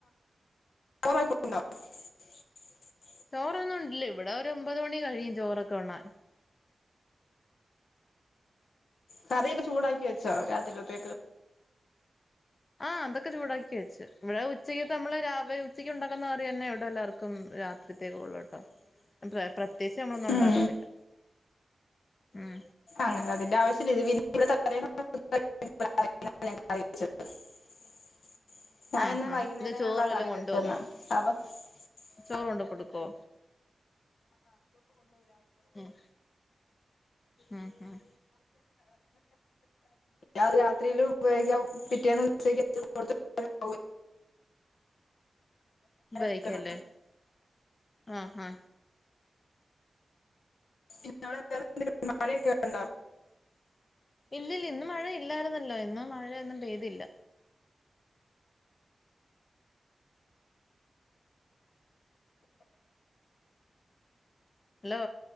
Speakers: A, on the left; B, on the left.
A: <unintelligible>
B: ചോറൊന്നും ഇണ്ടില്ല ഇവിടെ ഒ ഒരു ഒമ്പത് മണി കഴിയും ചോറൊക്കെ ഉണ്ണാൻ
A: കറിയൊക്കെ ചൂടാക്കി വെച്ചോ രാത്രിഴ്ത്തേക്ക്
B: ആ അതൊക്കെ ചൂടാക്കി വെച്ച് ഇവിടെ ഉച്ചയ്ക്ക് നമ്മള് രാവ് ഉച്ചയ്ക്ക് ഉണ്ടാക്കുന്ന അറിയന്നെ ഇവിടെ എല്ലാവർക്കും ഇവേ രാത്രിതേകൊള്ളൂട്ടോ <unintelligible> തീർച്ചെന്ന നൊന്നും
A: ഉം
B: ഉണ്ടാക്കത്തില്ല ഉം
A: അങ്ങനെ അതിന്റെ ആവശ്യ ഇത് <unintelligible> <unintelligible> ഞാനിന്ന്
B: ആഹ്
A: വൈകുന്നേരള്ള
B: ആഹ് ഇത് ചോറ് വല്ലോം
A: കറി
B: കൊണ്ടുവന്നോ
A: വെക്കുന്ന അബോ <unintelligible> <unintelligible>
B: ചോറ് കൊണ്ട് കൊടുക്കോ ഉം ഉം ഉം
A: അത് രാത്രീലും ഉപയോഗിക്ക പിറ്റേന്ന് ഉച്ചക്ക് <unintelligible> ആവല്ലോ
B: ബൈക്കല്ലേ
A: വെക്കണം
B: ആ ഹ
A: പിന്ന വേറെ എന്തേലും കേറണ്ട
B: ഇല്ലല്ല ഇന്ന് മഴ ഇല്ലാര്ന്നല്ലോ. ഇന്ന് മഴയൊന്നും പെയ്തില്ല. ഹലോ